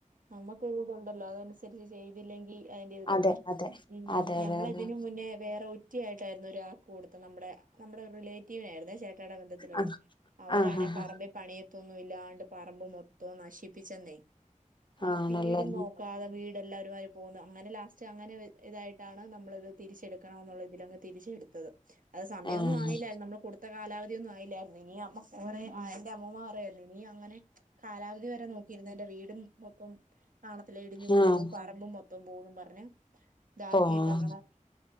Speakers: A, on the right; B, on the left.
A: നമ്മുക്കൊരു ഇതുണ്ടല്ലോ അതനുസരിച്ച് ചെയ്തില്ലെങ്കിൽ അതിൻ്റേത് പോകും
B: അതെ അതെ
A: ഉം
B: അതെ
A: ഞങ്ങളതിനു
B: അതെ അതെ
A: മുന്നേ വേറെ ഒ റ്റിയായിട്ടായിരുന്നു ഒരാ ക്ക് കൊടുത്തെ നമ്മുടെ നമ്മുടെ റിലേറ്റീവിനായിരുന്നേ ചേ ട്ടായിടെ ബന്ധത്തിലുള്ളെ
B: ആഹ്
A: അവരാണെ
B: ആഹ് ആഹ്
A: പറമ്പിൽ പണിയെത്തൊ ന്നു ഇല്ലാണ്ട് പറമ്പ് മൊത്തവും നശിപ്പിച്ചെന്നെ ആ
B: ആഹ് ആണല്ലേ
A: വീടും നോക്കാതെ വീട് എല്ലാരും - ര് പോന്നു അങ്ങനെ ലാസ്റ്റ് അങ്ങനെ ഇതായിട്ടാണ് നമ്മളത് തിരിച്ചെടുക്കണം എന്നുള്ള ഇതിലങ്ങ് തിരിച്ചെടുത്തത്- അത് സമയമൊന്നും
B: ആഹ്
A: ആയില്ലായിരുന്നു നമ്മള് കൊടുത്ത കാലാവധി ഒന്നും ആയില്ലായിരുന്നു ഇന അ എന്റെ അമ്മമാ പറയുവാ - അങ്ങനെ കാലാവധി വരെ നോക്കിയിന്ന എന്റെ വീടും മൊത്തം കാണത്തില്ല ഇടിഞ്ഞഞ്
B: ആഹ്
A: പൊളിഞ്ഞു പോകും പറമ്പും- മൊത്തം മൊത്തോം പോവുംന്ന് പറഞ്ഞ് ഇതാക്കിയിട്ടാണ്
B: ആഹ്